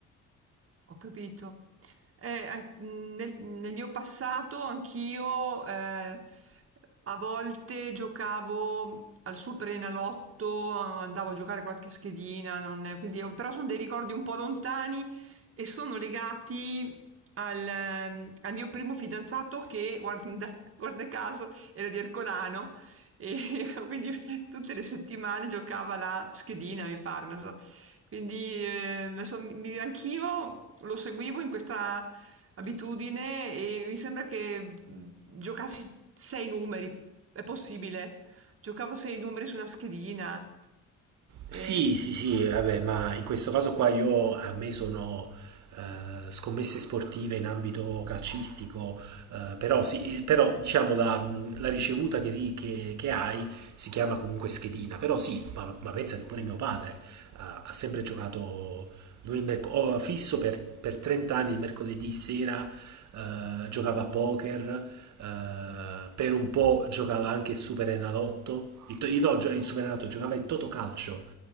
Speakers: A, on the right (about 50°); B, on the right (about 70°).
A: Ho capito. Eh, an- nel, nel mio passato anch'io eh, a volte giocavo al Superenalotto, andavo a giocare qualche schedina, non- quindi ho- però sono dei ricordi un po' lontani e sono legati al, ehm, al mio primo fidanzato che, guarda, <laughs> guarda caso, era di Ercolano e <laughs> quindi tutte le settimane giocava la schedina, mi pare, non so. Quindi eh, me son- mi- anch'io lo seguivo in questa abitudine e mi sembra che mh, giocassi sei numeri, è possibile. Giocavo sei numeri su una schedina. e-
B: Sì, sì, sì, vabbè, ma in questo caso qua io a me sono eh, scommesse sportive in ambito calcistico, eh, però, sì, eh, però, diciamo la, mh, la ricevuta che, ri- che- che hai si chiama comunque schedina, però sì, ma, ma pensa che pure mio padre ha, ha sempre giocato, lui il merc- oh, fisso per, per 30 anni il mercoledì sera, eh, giocava a poker, eh, per un po' giocava anche il Superenalotto, il, to- no, gio- il Superenalotto giocava il Totocalcio